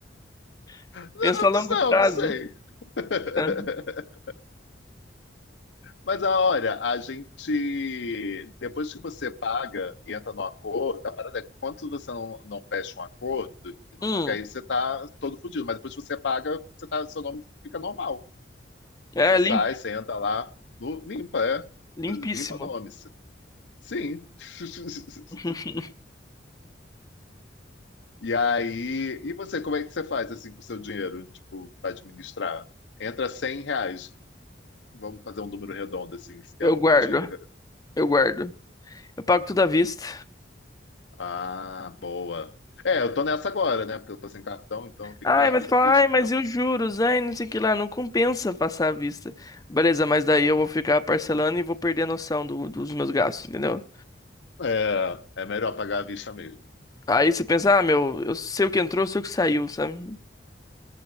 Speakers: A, on the left; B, on the left.
A: <laughs>
B: Não,
A: Pensa a longo
B: não,
A: prazo,
B: não sei. <laughs>
A: tá?
B: Mas ah, olha, a gente, depois que você paga e entra no acordo, a parada é que quando você não, não fecha um acordo e não
A: Hum,
B: paga, aí você tá todo fodido. Mas depois que você paga, você tá, seu nome fica normal.
A: é
B: Você
A: limpo,
B: sai, você entra lá, no- limpa, é.
A: limpíssimo.
B: Limpa nome. Sim. <laughs>
A: <laughs>
B: E aí, e você, como é que você faz assim com o seu dinheiro, tipo, para administrar? Entra 100 reais. Vamos fazer um número redondo assim. Você tem
A: Eu
B: alguma
A: guardo,
B: dica?
A: eu guardo. Eu pago tudo à vista.
B: Ah, boa. É, eu tô nessa agora, né? Porque eu tô sem cartão, então eu tenho
A: Ai,
B: que pagar
A: mas
B: tudo
A: fala,
B: à vista
A: ai, mas
B: mesmo.
A: e os juros? Ai, não sei o que lá, não compensa passar à vista. Beleza, mas daí eu vou ficar parcelando e vou perder a noção do- dos meus gastos, entendeu?
B: É, é melhor pagar à vista mesmo.
A: Aí você pensa, ah, meu, eu sei o que entrou, eu sei o que saiu, sabe?